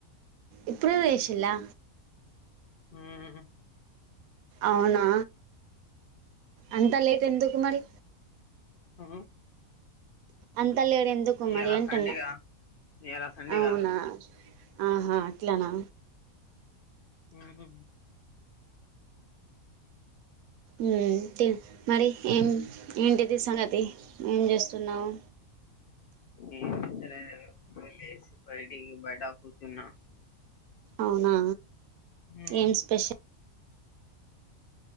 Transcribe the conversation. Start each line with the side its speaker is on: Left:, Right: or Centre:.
Right: ఇప్పుడే లేసిల్లా
Left: ఉమ్
Right: అవునా అంతా లేట్ ఎందుకు మరి
Left: ఆ
Right: అంతా లేట్ ఎందుకు
Left: ఇయాల
Right: మరి అంటున్నా
Left: సండేగా ఇయాల సండేగా
Right: అవునా ఆహా అట్లనా
Left: ఉహు
Right: ఉమ్ టిల్ మరి ఏం ఏంటిది సంగతి ఏం చేస్తున్నావు
Left: నేన్ ఏం జేత్తలేను ఏదో ఇపుడే లేసి బయటికి బయటా కూర్చున్నా
Right: అవునా
Left: ఉమ్
Right: ఏం స్పెషల్